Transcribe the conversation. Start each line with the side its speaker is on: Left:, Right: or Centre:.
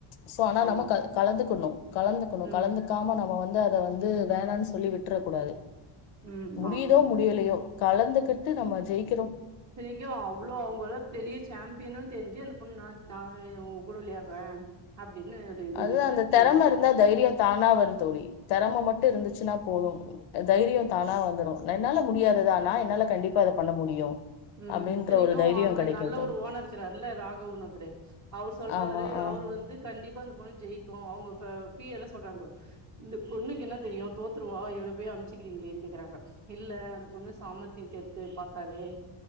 Left: சோ ஆனா
Right: ஆமா
Left: நம்ம கலந்துக்கணு கலந்துக்கணு
Right: ம்
Left: கலந்துக்காம நம்ம வந்து அத வந்து வேணானு சொல்லி விட்ர கூடாது
Right: ம்
Left: முடியுதோ
Right: ஆமா ஆமா
Left: முடியலையோ கலந்துகிட்டு நம்ம ஜெய்
Right: இத்தனைக்கு அவ்ளோ அவங்கள பெரிய சாம்பியனு தெரிஞ்சு அந்த பொண்ணு நா உ கூட விளையாட்ற அப்டின்னு ஒரு இது
Left: அதுதா
Right: எத்து
Left: அந்த தெறம
Right: ஜெய்க்குது
Left: இருந்தா தைரியோ தானா வர் தோழி தெறம மட்டு இருந்துச்சுனா போது தைரியோ தானா வந்துடு என்னால முடியாததா நா என்னால கண்டிப்பா இத பண்ண முடியு
Right: ம்
Left: அப்டின்ற
Right: சனைைக்கு
Left: ஒரு தைரியோ
Right: அந்த
Left: கெடைக்கு
Right: நல்ல
Left: தோழி
Right: ஒரு ஓனர் இருக்கிறாருல ராகவனு ஒருத்தரு அவர் சொல்றாரு
Left: ஆமா ஆ
Right: அவரு வந்து கண்டிப்பா அந்த பொண்ணு ஜெயிக்கு அவங்க இப்ப பி எல்லா சொல்றாங்கோ இந்த பொண்ணுக்கு என்ன தெரியும் தோத்துருவா எவ்வளோ போய் அமுச்சுிக்கிறீங்களேன்னு கேக்குறாங்க இல்ல அந்த பொண்ணு சாமர்த்தியம் தெருது பார்த்தாவே